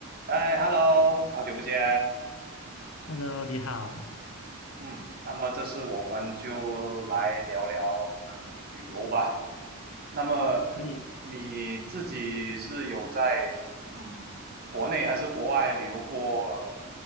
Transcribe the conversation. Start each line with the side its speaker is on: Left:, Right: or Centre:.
Right: 哎，Hello，好久不见。
Left: Hello，你好，
Right: 嗯，那么这次我们就来聊聊嗯旅游吧。那么你自己是有在嗯国内还是国外旅游过，
Left: 可以，